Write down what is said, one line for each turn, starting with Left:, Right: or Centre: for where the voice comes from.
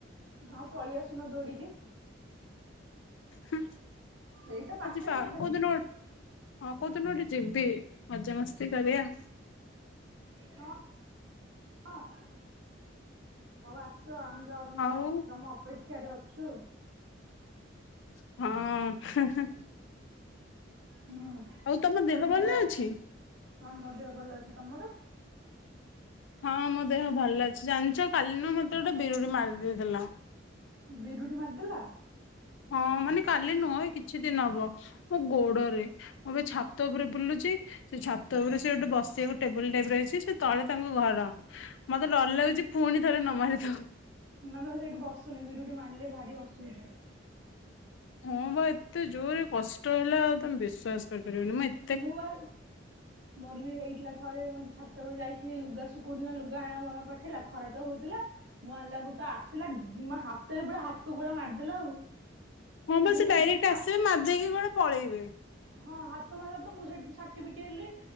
Right: ହଁ ପଳିଆସୁନ ଦୌଡିକି।
Left: ହୁଁ
Right: ଏଇ ତ ପାଖରେ
Left: ଆଜି ପା
Right: ତଥାପି
Left: କୋଉଦିନ ଗୋ ହଁ କୋଉଦିନ ଗୋଟେ ଯିବି ମଜାମସ୍ତି କରିବା।
Right: ହଁ ଅଁ ହୋଉ ଆସ ଆମ ର ତମକୁ
Left: ଆଉ
Right: ଅ ତମ ଅପେକ୍ଷାରେ ଅଛୁ।
Left: ହଁ।
Right: ହୁଁ
Left: ଆଉ ତମ ଦେହ
Right: ତମେ
Left: ଭଲ
Right: ଯବେ ଆ
Left: ଅଛି?
Right: ହଁ ମୋଦେହ ଭଲ ଅଛି ତମର?
Left: ହଁ ମୋ ଦେହ ଭଲ ଅଛି ଜାଣିଚ କାଲି ନା ମତେ ଗୋଟେ ବିରୁଡି ମାରି ଦେଇଦେଥିଲା।
Right: ବିରୁଡି ମାରଦେଲା।
Left: ହଁ ମାନେ କାଲି ନୁହଁ ଏଇ କିଛି ଦିନ ହବ ମୋ ଗୋଡରେ। ମୁଁ ଏବେ ଛାତ ଓପରେ ବୁଲୁଛି। ସେ ଛାତ ଓପରେ ସିଏ ଗୋଟେ ବସିବାକୁ ଟେବୁଲ ଟାଇପର ହେଇଚି ସେ ତଳେ ତାଙ୍କ ଘର ମତେ ଡର ଲାଗୁଚି ପୁଣି ଥରେ ନ ମାରିଦୋଉ।
Right: ନା ତମେ ସେଇଠି ବସନି ବିରୁଡି ମାରଲେ ଭାରି ଅସୁବିଧା।
Left: ହଁ ପା ଏତେ ଜୋରେ କଷ୍ଟ ହେଲା ଆଉ ତମେ ବିଶ୍ୱାସ କରିପାରିବନି ମା ଏ
Right: ମୁପା ମୋର ବି ହେଇଥିଲା ଥରେ ମୋ ଛାତ ଓପରକୁ ଯାଇଥିଲି ଲୁଗା ଶୁକୋଉଥୁଲି ନା ଲୁଗା ଆଣିଆକୁ ମାମା ପଠେଇଲା ଖରା ତ ହୋଉଥୁଲା ମୋ ଆଣଲା ଏଳକୁୁ ତ ଆସିଲା ମୋ ହାତରେ ପୁରା ହାତ ଗୋଡା ମାରିଦେଲା ଆଉ।
Left: ହଁ ମ
Right: ମୁଁ
Left: ସେ
Right: ସେଇଠୁ
Left: ଡାଇରେକ୍ଟ
Right: ପୁରା ଛା
Left: ଆସିବେ ମାରଦେଇକି କୁଆଡେ ପଳେଇବେ।
Right: ହଁ ହାତ ମାରଲା ତ ମୁଁ ସେଇଠୁ ଛାଟି ପିଟି ହେଲି